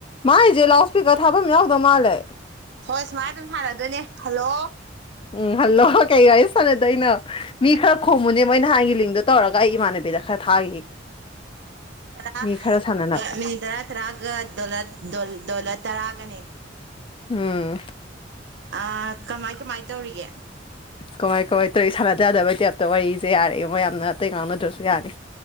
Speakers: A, on the left; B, on the right.
A: ꯃꯥꯒꯤꯁꯦ ꯂꯥꯎ ꯏꯁꯄꯤꯀꯔ ꯊꯥꯐꯝ ꯌꯥꯎꯗ ꯃꯥꯜꯂꯦ
B: ꯍꯣꯏ ꯁꯨꯃꯥꯏꯅ ꯑꯗꯨꯝ ꯁꯥꯟꯅꯗꯣꯏꯅꯦ ꯍꯜꯂꯣ
A: ꯎꯝ ꯍꯜꯂꯣ ꯀꯩ ꯋꯔꯤ ꯁꯥꯟꯅꯗꯣꯏꯅꯣ ꯃꯤ ꯈꯔ ꯈꫭꯝꯃꯨꯅꯦ ꯃꯣꯏ ꯅꯍꯥꯟꯒꯤ ꯂꯤꯡꯗꯣ ꯇꯧꯔꯒ ꯑꯩ ꯏꯃꯥꯟꯅꯕꯤꯗ ꯈꯔ ꯊꯥꯈꯤ
B: ꯇꯔꯥ
A: ꯃꯤ ꯈꯔ ꯁꯥꯟꯅꯅꯕ
B: ꯂꯩꯔꯒ ꯃꯤꯅꯤꯠ ꯇꯔꯥ ꯇꯔꯥꯒ ꯗꫭꯂꯔ ꯗꯣꯂꯔ ꯇꯔꯥꯒꯅꯦ
A: ꯎꯝ
B: ꯑ ꯀꯃꯥꯏ ꯀꯃꯥꯏ ꯇꯧꯔꯤꯒꯦ
A: ꯀꯃꯥꯏ ꯀꯃꯥꯏ ꯇꯧꯔꯤ ꯁꯥꯟꯅꯖ ꯌꯥꯗꯕꯩ ꯇꯦꯞꯇ ꯋꯥꯔꯤꯁꯦ ꯌꯥꯔꯦ ꯃꯣ ꯌꯥꯝꯅ ꯑꯇꯩ ꯉꯥꯡꯅꯗ꯭ꯔꯁꯨ ꯌꯥꯅꯤ